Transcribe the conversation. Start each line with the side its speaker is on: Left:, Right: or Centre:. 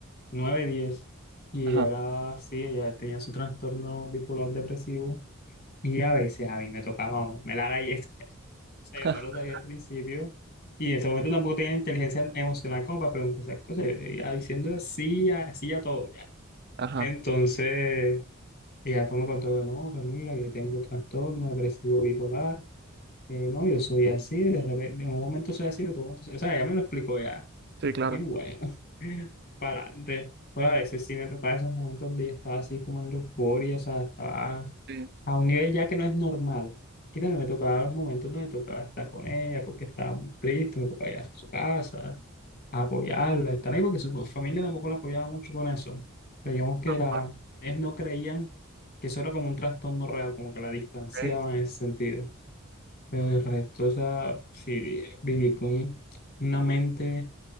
Left: 9 10 y
Right: Ajá,
Left: ella era así, ella tenía su trastorno bipolar depresivo. Y a veces a mí me tocaba, me la galleta, <laughs> o sea,
Right: <laughs>
Left: yo no lo sabía al principio, y en ese momento tampoco tenía inteligencia emocional como para preguntar esas cosas, yo iba diciendo así, así a todo, ya.
Right: ajá,
Left: Entonces, y después me contó que no, que mira, yo tengo trastorno depresivo bipolar, eh, no, yo soy así, de repente, en un momento soy así, de otro momento soy, o sea, ya me lo explicó ya,
Right: sí, claro.
Left: y bueno, <laughs> para adelante. Pero a veces sí me tocaba esos momentos donde yo estaba así como en la euforia, o sea, estaba
Right: Sí.
Left: a un nivel ya que no es normal. Y también me tocaba los momentos donde tocaba estar con ella porque estaba muy triste, me tocaba ir a su casa, a apoyarla, estar ahí porque su familia tampoco la apoyaba mucho con eso. Pero digamos que
Right: Ah,
Left: era, ellos no creían que eso era como un trastorno real, como que la distanciaban
Right: ok.
Left: en ese sentido. Pero el resto, o sea, sí, viví con una mente